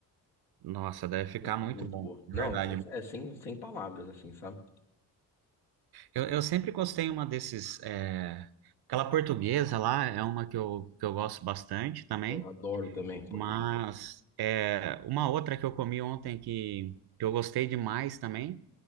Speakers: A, on the right (about 50°); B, on the left (about 70°).
A: Nossa, deve
B: Muito,
A: ficar muito
B: muito
A: bom,
B: boa.
A: de
B: Não,
A: verdade.
B: é sem, é sem, sem palavras, assim, sabe?
A: Eu, eu sempre gostei uma desses. é, aquela portuguesa lá é uma que eu, que eu gosto bastante também.
B: Eu adoro também português.
A: Mas é, uma outra que eu comi ontem que eu gostei demais também